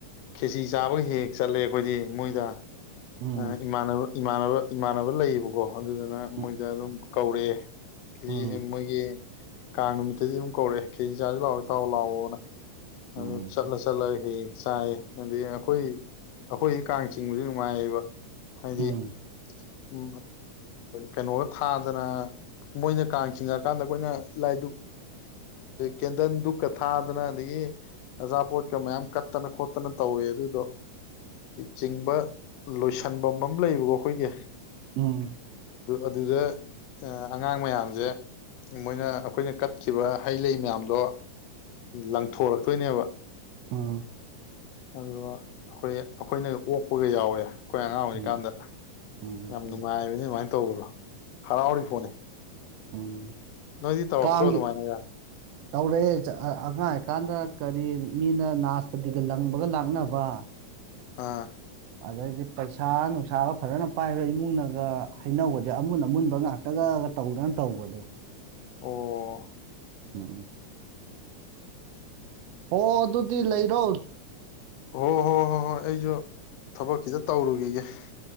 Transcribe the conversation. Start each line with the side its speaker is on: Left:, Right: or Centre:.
Left: ꯈꯦꯁꯤ ꯆꯥꯕꯒ ꯍꯦꯛ ꯍꯦꯛ ꯆꯠꯂꯦ ꯑꯩꯈꯣꯏꯗꯤ ꯃꯣꯏꯗ
Right: ꯎꯝ
Left: ꯑ ꯏꯃꯅꯕ ꯏꯃꯥꯟꯅꯕ ꯏꯃꯥꯟꯅꯕ ꯂꯩꯌꯦꯕꯀꯣ ꯑꯗꯨꯗꯅ
Right: ꯎꯝ
Left: ꯃꯣꯏꯗ ꯑꯗꯨꯝ ꯀꯧꯔꯦ ꯀꯔꯤ
Right: ꯎꯝ
Left: ꯃꯣꯏꯒꯤ ꯀꯥꯡ ꯅꯨꯃꯤꯠꯇꯗꯤ ꯑꯗꯨꯝ ꯀꯧꯔꯛ ꯀꯦꯖꯤ ꯆꯥꯔꯁꯤ ꯂꯥꯛꯑꯣ ꯏꯇꯥꯎꯑꯣ ꯂꯥꯛꯑꯣꯅ ꯑꯗꯨ
Right: ꯎꯝ
Left: ꯆꯠꯂ ꯆꯠꯂꯒ ꯍ ꯆꯥꯏ ꯍꯥꯏꯗꯤ ꯑꯩꯈꯣꯏ ꯑꯩꯈꯣꯏꯗꯤ ꯀꯥꯡ ꯆꯤꯡꯕꯁꯦ ꯅꯨꯡꯉꯥꯏꯌꯦꯕ <inaudible> ꯍꯥꯏꯗꯤ
Right: ꯎꯝ ꯎꯝ
Left: ꯎ ꯀꯩꯅꯣꯒ ꯊꯥꯗꯅ ꯃꯣꯏꯅ ꯀꯥꯡ ꯆꯤꯡꯉꯛꯀꯥꯟꯗ ꯑꯩꯈꯣꯏꯅ ꯂꯥꯏ ꯗꯨꯛ ꯀꯦꯟꯗꯜ ꯗꯨꯛꯀ ꯊꯥꯗꯅ ꯑꯗꯒꯤ ꯑꯆꯥꯄꯣꯠꯀ ꯃꯌꯥꯝ ꯀꯠꯇꯅ ꯈꯣꯠꯇꯅ ꯇꯧꯋꯦ ꯑꯗꯨꯗꯣ ꯆꯤꯡꯕ ꯂꯣꯏꯁꯟꯐꯝ ꯑꯃ ꯂꯩꯕꯀꯣ ꯑꯩꯈꯣꯏꯒꯤ ꯑ
Right: ꯎꯝ
Left: ꯑꯗꯨꯗ ꯑꯉꯥꯡ ꯃꯌꯥꯝꯖꯦ ꯃꯣꯏꯅ ꯑꯩꯈꯣꯏꯅ ꯀꯠꯈꯤꯕ ꯍꯩ ꯂꯩ ꯃꯌꯥꯝꯗꯣ ꯂꯪꯊꯣꯔꯛꯇꯣꯏꯅꯦꯕ
Right: ꯑꯝ
Left: ꯑꯗꯣ ꯑꯩꯈꯣꯏ ꯑꯩꯈꯣꯏꯅ ꯑꯣꯛꯄꯒ ꯌꯥꯎꯋꯦ ꯑꯩꯈꯣꯏ ꯑꯉꯥꯡ ꯑꯣꯏꯔꯤꯀꯥꯟꯗ
Right: ꯎꯝ ꯎꯝ
Left: ꯌꯥꯝ
Right: ꯎꯝ
Left: ꯅꯨꯡꯉꯥꯏꯕꯅꯤ ꯑꯗꯨꯃꯥꯏꯅ ꯇꯧꯕꯗꯣ <unintelligible> ꯍꯥꯔꯥꯎꯔꯤ ꯄꯣꯠꯅꯤ
Right: ꯎꯝ
Left: ꯅꯣꯏꯗꯤ ꯇꯧꯔꯛꯇ꯭ꯔꯣ
Right: ꯀꯥꯡꯒꯤ
Left: ꯑꯗꯨꯃꯥꯏꯅꯒ
Right: ꯇꯧꯔꯛꯑꯦ ꯑꯉꯥꯡꯀꯥꯟꯗ ꯀꯔꯤ ꯃꯤꯅ ꯅꯥꯁꯄꯇꯤꯒ ꯂꯪꯕꯒ ꯂꯥꯛꯅꯕ
Left: ꯑꯥ
Right: ꯑꯗꯩꯗꯤ ꯄꯩꯁꯥ ꯅꯨꯡꯁꯥꯒ ꯐꯖꯅ ꯄꯥꯏꯕ ꯏꯃꯨꯡꯅꯒ ꯍꯩꯅꯧꯒꯁꯦ ꯑꯃꯨꯟ ꯑꯃꯨꯟꯕ ꯉꯥꯛꯇꯒꯒ ꯇꯧꯗꯅ ꯇꯧꯕꯗꯣ
Left: ꯑꯣ
Right: <unintelligible> ꯍꯣ ꯑꯗꯨꯗꯤ ꯂꯩꯔꯣ
Left: ꯑꯣ ꯍꯣ ꯍꯣ ꯍꯣꯏ ꯑꯩꯁꯨ ꯊꯕꯛ ꯈꯤꯇ ꯇꯧꯔꯨ <unintelligible>